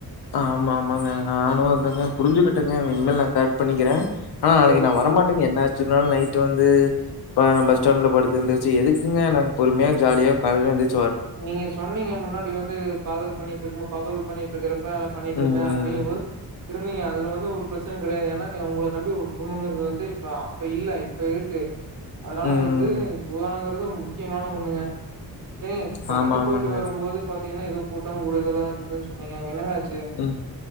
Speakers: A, on the left; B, on the right.
A: ஆமா ஆமாங்க நாணும் அதாங்க புரிஞ்சுக்கிட்டங்க இனிமேல் நான் கரட் பண்ணிக்கிறேன் ஆனா நாளைக்கு
B: சரிங்க
A: நான் வரமாட்டேங்க என்ன ஆ ச்சினாலும் நைட்டு வந்து ப பஸ் ஸ்டாண்ட்ல படுத்து எந்திருச்சு எதுக்குங்க நாங்க பொறுமையா ஜாலியா காலையில எந்திருச்
B: நீங்க சொன்னீங்க முன்னாடி வந்து காதல் பண்ணிட்டு இருக்க காதல் பண்ணிட்டு இருக்கறப்ப பண்ணிட்டு இருந்தேன்
A: ம்.
B: அப்டிங்கம் போது இருந்தீங்க அதுல வந்து ஒரு பிரச்சன கெடையாது ஏன்னா நீ உங்கள நம்பி ஒரு குடும்பங்கிறது வந்து இப்ப அப்ப இல்ல இப்ப இருக்கு அதனால
A: ம்.
B: வந்து சூதானங்கி றது முக்கியமான ஒண்ணுங்க செரிங் கடைக்கு
A: ஆமா, ஆமாங்க.
B: போய்ட்டு வரும்போது பாத்தீங்கன்னா எது கூட்டம் கூடுதலா இருக்கு சொன்னீங்க அங்க என்னங்க ஆச்
A: ம்